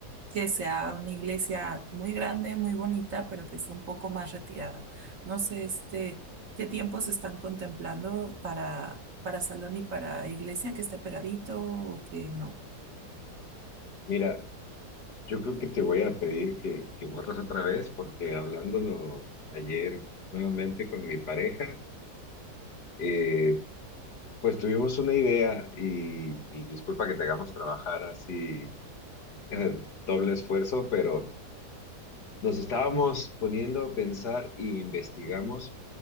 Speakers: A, on the right; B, on the left.
A: que sea una iglesia muy grande, muy bonita, pero que esté un poco más retirada. No sé, este, qué tiempos están contemplando para, para salón y para iglesia, que esté pegadito o que no.
B: Mira, yo creo que te voy a pedir que, que borres otra vez porque hablándolo ayer nuevamente con mi pareja, eh, pues tuvimos una idea y, y disculpa que te hagamos trabajar así, eh, doble esfuerzo, pero nos estábamos poniendo a pensar y investigamos.